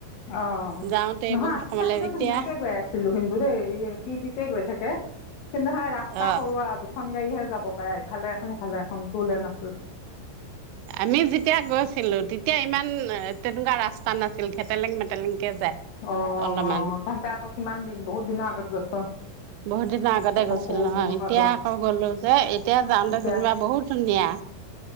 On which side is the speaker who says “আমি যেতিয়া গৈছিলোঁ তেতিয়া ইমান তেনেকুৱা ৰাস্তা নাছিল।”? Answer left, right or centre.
Right